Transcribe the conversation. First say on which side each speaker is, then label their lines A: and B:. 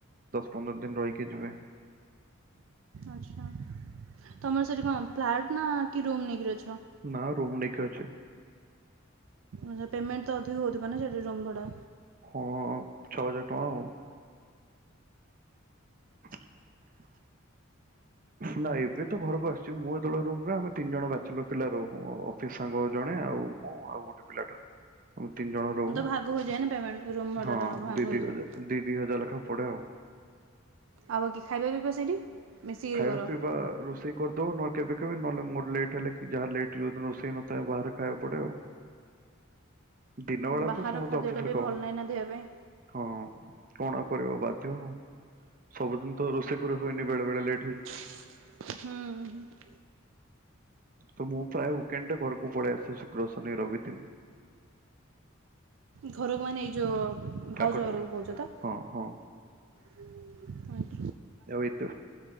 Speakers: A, on the right (about 40°); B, on the right (about 70°).
A: ଦଶ ପନ୍ଦର ଦିନ ରହିକି ଯିବେ।
B: ଆଛା ତମର ସେଇଠି କଣ ଫ୍ଲାଟ ନା କି ରୁମ୍ ନେଇକିରି ଅଛ?
A: ନା ରୁମ୍ ନେଇକି ଅଛି।
B: ଆଛ ପେମେନ୍ଟ ତ ଅଧିକ ହଉଥିବନା ସେଠି ରୁମ୍ ଭଡ଼ା?
A: ହଁ ଛଅ ହଜାର ଟଙ୍କା ଆଉ। <inaudible> ନା ଏବେ ତ ଘରକୁ ଆସିଛି ମୁଁ ଯେବେ ରୁହେ ଆମେ ତିନି ଜଣ ବ୍ୟାଚେଲର୍ ପିଲା ରହୁ। ସାଙ୍ଗ ଜଣେ ଆଉ ମୁଁ ଆଉ ଗୋଟେ ପିଲାଟେ। ଆମେ ତିନି ଜଣ ରହୁ
B: ହଁ ତ ଭାଗ ହୋଇଯାଏ ନା ପେମେଣ୍ଟ ରୁମ୍ ଭଡ଼ାଟା
A: ହଁ
B: ଭାଗ
A: ଦି
B: ହୋଇଯାଏ।
A: ଦି ହଜାର ଦି ଦି ହଜାର ଲେଖା ପଡ଼େ ଆଉ।
B: ଆଉ ବାକି ଖାଇବା ପିଇବା ସେଇଠି। ମିଶିକିରି
A: ଖାଇବା
B: କର।
A: ପିଇବା ରୋଷେଇ କରିଦବ ନହଲେ କେବେ କେବେ ନହେଲେ ମୋର ଲେଟ୍ ହେଲେ କି ଯାହା ଲେଟ ଯଦି ରଷେଇ ନଥାଏ ବାହାରେ ଖାଇବା ପଡେ ଆଉ। ଦିନ ବେଳା
B: ବାହାର
A: ତ ସମସ୍ତେ
B: ଖାଦ୍ୟ
A: ଅଫିସରେ
B: ଟା ବି
A: ଖାଉ
B: ଭଲ ନାହିଁ ନା ଦେହ ପାଇଁ।
A: ହଁ କଣ କରିବା ବାଧ୍ୟ ସବୁଦିନ ତ ରୋଷେଇ କରିରେ ହୁଏନି ବେଳେ ବେଳେ ଲେଟ୍ ହୁଁ।
B: ହୁଁ।
A: ତ ମୁଁ ପ୍ରାୟ ୱକେଣ୍ଡ ଟେ ଘରକୁ ପଳେଇ ଆସେ ଶୁକ୍ର ଶନି ରବି ଦିନ।
B: ଘରକୁ ମାନେ ଏଇ ଯୋଉ
A: କାକଟପୁର
B: ଭାଉଜ ଘରକୁ କହୁଛ ତ।
A: ହଁ ହଁ
B: ହଁ ଆ।
A: ଏତୁ